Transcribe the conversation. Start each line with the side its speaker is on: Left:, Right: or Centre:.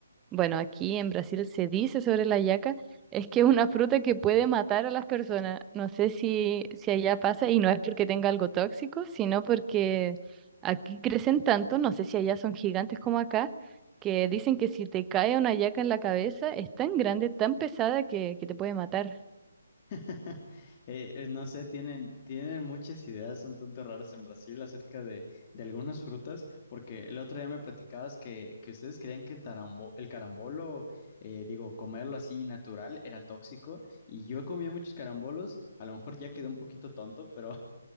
Right: bueno, aquí en Brasil se dice sobre la yaca, es que es una fruta que puede matar a las personas. No sé si, si allá pasa, y no es porque tenga algo tóxico, sino porque aquí crecen tanto, no sé si allá son gigantes como acá, que dicen que si te cae una yaca en la cabeza, es tan grande, tan pesada que, que te puede matar.
Left: <laughs> Eh, eh, no sé, tienen, tienen muchas ideas un tanto raras en Brasil acerca de, de algunas frutas, porque el otro día me platicabas que, que ustedes creían que el tarambo, el carambolo, eh, digo, comerlo así natural era tóxico, y yo he comido muchos carambolos, a lo mejor ya quedé un poquito tonto, pero